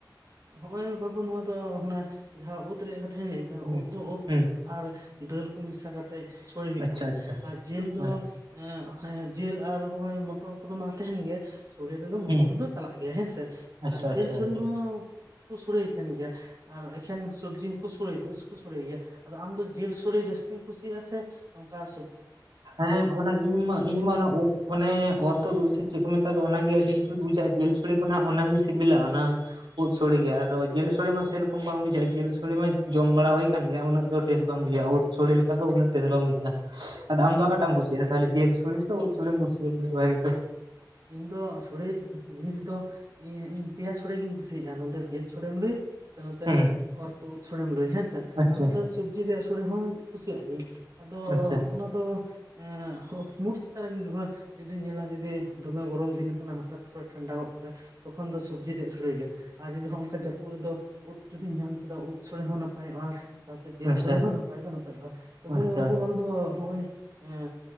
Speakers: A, on the right (about 45°); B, on the right (about 80°).
A: ᱱᱚᱜᱼᱚᱭ ᱵᱟᱹᱵᱩ ᱱᱚᱣᱟ ᱫᱚ ᱚᱱᱮ ᱡᱟᱦᱟᱸ ᱩᱫ ᱨᱮᱭᱟᱜ ᱠᱟᱛᱷᱟᱧ ᱞᱟᱹᱭᱫᱟ
B: ᱦᱩᱸ
A: ᱩᱫ ᱫᱚ ᱩᱫ
B: ᱦᱩᱸ
A: ᱟᱨ ᱫᱟᱹᱞ ᱠᱚ ᱢᱮᱥᱟ ᱠᱟᱛᱮᱫ ᱥᱳᱲᱮ ᱦᱩᱭᱩᱜ
B: ᱟᱪᱪᱷᱟ
A: ᱛᱟᱦᱮᱱᱟ
B: ᱟᱪᱪᱷᱟ
A: ᱟᱨ ᱡᱤᱞ ᱫᱚ
B: ᱦᱳᱭ
A: ᱮ ᱦᱮ ᱡᱤᱞ ᱟᱨ ᱱᱚᱜᱚᱭ ᱢᱚᱴᱚᱨ ᱠᱚᱫᱚ ᱢᱟ ᱛᱟᱦᱮᱱ ᱜᱮ ᱥᱚᱲᱮ ᱨᱮᱫᱚ ᱢᱚᱴᱚᱨ
B: ᱦᱩᱸ
A: ᱠᱚᱫᱚ ᱪᱟᱞᱟᱜ ᱜᱮᱭᱟ ᱦᱮᱸᱥᱮ
B: ᱟᱪᱪᱷᱟ
A: ᱡᱤᱞ
B: ᱟᱪᱪᱷᱟ
A: ᱥᱳᱚᱲᱮ
B: ᱟᱪᱪᱷᱟ
A: ᱦᱚᱸ <unintelligible> ᱥᱚᱲᱮᱭ ᱛᱟᱦᱮᱱ ᱜᱮᱭᱟ ᱟᱨ ᱮᱠᱷᱮᱱ ᱥᱚᱵᱽᱡᱤ ᱦᱚᱸᱠᱚ ᱥᱚᱲᱮ <inaudible> ᱠᱚ ᱥᱚᱲᱮ ᱜᱮᱭᱟ ᱟᱫᱚ ᱟᱢᱫᱚ ᱡᱤᱞ ᱥᱳᱲᱮ ᱡᱟᱹᱥᱛᱤᱢ ᱠᱩᱥᱤᱭᱟᱜᱼᱟ ᱥᱮ ᱱᱚᱝᱠᱟ
B: ᱦᱮᱸ ᱚᱱᱟ ᱤᱧ ᱢᱟ ᱤᱧᱢᱟ ᱚᱱᱟ ᱩᱫ ᱚᱱᱮ ᱚᱛᱚᱫ ᱥᱮ ᱪᱮᱫ ᱠᱚ ᱢᱮᱛᱟᱜ ᱟ ᱫᱚ ᱚᱱᱟᱜᱮ ᱟᱹᱰᱤ ᱡᱩᱛ ᱵᱩᱡᱷᱟᱹᱜᱼᱟ ᱡᱤᱞ ᱥᱚᱲᱮ ᱠᱷᱚᱱᱟᱜ ᱚᱱᱟᱜᱮ ᱥᱤᱵᱤᱞᱟ ᱚᱱᱟ ᱩᱫ ᱥᱚᱲᱮ ᱜᱮᱭᱟ ᱟᱫᱚ ᱡᱤᱞ ᱥᱚᱲᱮ ᱢᱟ ᱥᱮᱨᱚᱠᱚᱢ ᱵᱟᱝ ᱵᱩᱡᱷᱟᱹᱜᱼᱟ ᱡᱤᱞ ᱥᱚᱲᱮ ᱢᱟ ᱡᱚᱢ ᱵᱟᱲᱟ ᱦᱩᱭ ᱟᱠᱟᱱ ᱜᱮᱭᱟ ᱩᱱᱟᱹ ᱫᱚ ᱴᱮᱥ ᱵᱟᱝ ᱵᱩᱡᱟᱹᱜᱼᱟ ᱩᱫ ᱥᱳᱲᱮ ᱞᱮᱠᱟ ᱫᱚ ᱩᱱᱟᱹ ᱴᱮᱥ ᱵᱟᱝ ᱵᱩᱡᱷᱟ. ᱜᱼᱟ ᱟᱫᱚ ᱟᱢᱫᱚ ᱚᱠᱟᱴᱟᱜ ᱮᱢ ᱠᱩᱥᱤᱭᱟᱜ ᱟ ᱡᱤᱞ ᱥᱳᱲᱮ ᱥᱮ ᱥᱳᱲᱤᱢ ᱠᱩᱥᱤᱭᱟ <inaudible>
A: ᱤᱧ ᱫᱚ ᱥᱳᱲᱮ ᱡᱤᱱᱤᱥ ᱫᱚ ᱤ ᱤ ᱯᱮᱭᱟ ᱥᱚᱲᱮ ᱜᱤᱧ ᱠᱩᱥᱤᱭᱟᱜᱼᱟ ᱱᱚᱱᱛᱮ ᱡᱤᱞ ᱥᱚᱲᱮᱢ ᱞᱟᱹᱭ ᱥᱮ ᱱᱚᱱᱛᱮ
B: ᱦᱩᱸ
A: ᱚᱨᱛᱚᱫ ᱩᱫ ᱥᱳᱲᱮᱢ ᱞᱟᱹᱭ ᱦᱮᱸᱥᱮ
B: ᱟᱪᱪᱷᱟ
A: ᱟᱨ ᱱᱚᱛᱮ ᱥᱚᱵᱽᱡᱤ ᱨᱮᱭᱟᱜ ᱥᱳᱲᱮ ᱦᱚᱸᱧ ᱠᱩᱥᱤᱭᱟᱜ ᱜᱤᱭᱟᱹᱧ ᱟᱫᱚ
B: ᱟᱪᱪᱷᱟ
A: ᱚᱱᱟ ᱫᱚ ᱮᱸᱻ ᱢᱩᱴ ᱪᱮᱛᱟᱱ ᱨᱮ ᱱᱤᱨᱵᱷᱚᱨ ᱡᱩᱫᱤ ᱧᱮᱞᱟ ᱡᱩᱫᱤ ᱫᱚᱢᱮ ᱜᱚᱨᱚᱢ ᱫᱤᱱ ᱠᱟᱱᱟ ᱦᱚᱴᱟᱛ ᱠᱚᱨᱮ ᱴᱷᱟᱱᱰᱟ ᱜᱚᱫ ᱠᱮᱫᱟᱭ ᱛᱚᱠᱷᱚᱱ ᱫᱚ ᱥᱚᱵᱽᱡᱤ ᱨᱮᱭᱟᱜ ᱥᱳᱲᱮ ᱜᱮᱭᱟ ᱟᱨ ᱡᱩᱫᱤ ᱱᱚᱝᱠᱟ ᱡᱟᱹᱯᱩᱫ ᱨᱮᱫᱚ ᱩᱫ ᱡᱩᱫᱤᱧ ᱧᱟᱢ ᱠᱮᱫᱟ ᱩᱫ ᱥᱳᱲᱮ ᱦᱚᱸ ᱱᱟᱯᱟᱭᱚᱜᱼᱟ ᱥᱟᱶᱛᱮ ᱡᱤᱞ
B: ᱟᱪᱪᱷᱟ
A: ᱥᱳᱲᱮ ᱦᱚᱸ ᱱᱟᱯᱟᱭ ᱫᱚ ᱱᱟᱯᱟᱭᱚᱜᱼᱟ ᱛᱚᱵᱮ
B: ᱟᱪᱪᱷᱟ ᱟᱪᱪᱷᱟ
A: ᱵᱟᱹᱵᱩ ᱟᱢ ᱫᱚ ᱱᱚᱜ ᱚᱭ ᱮ